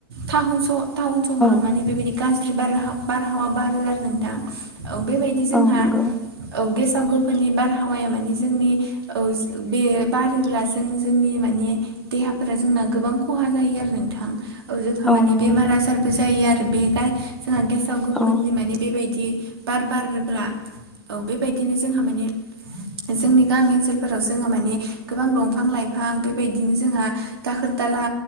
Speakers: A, on the right; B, in the centre.
A: थाहन सह टाउन सहराव
B: औ
A: माने बेबायदि गाज्रि बार बारहावा बारो आरो नोंथां औ बेबायदि जोंहा
B: औ नंगौ
A: औ गेसाव गोफोननि बारहावाया माने जोंनि औ बे बारोब्ला जों जोंनि माने देहाफोरा जोंना गोबां खहा जायो आरो नोंथां औ जोंहा माने
B: नंगौ
A: बेमार
B: नोंथां
A: आजारबो जायो आरो बे गाय जोंहा गेसाव गोफोननि
B: औ
A: माने बेबायदि बार बारोब्ला औ बेबायदिनो जोंहा माने जोंनि गामि ओनसोलफोराव जोङो माने गोबां दंफां लाइफां बेबायदिनो जोंहा दाखोर दाला